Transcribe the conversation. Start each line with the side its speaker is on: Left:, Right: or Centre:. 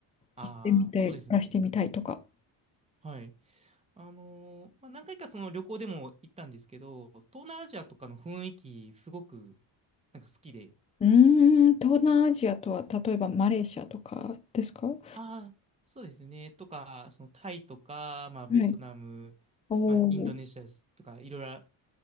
Right: ああ、
Left: 行ってみて、
Right: そうですね。
Left: 暮らしてみたいとか。
Right: はい。あのーまあ、何回かその旅行でも行ったんですけど、東南アジアとかの雰囲気すごくなんか好きで、
Left: うーん、東南アジアとは、例えばマレーシアとかですかは
Right: ああ、そうですね、とか、そのタイとか、まあ、ベトナム、
Left: い。お
Right: まあ、インドネシアとか、
Left: お、
Right: いろいろ、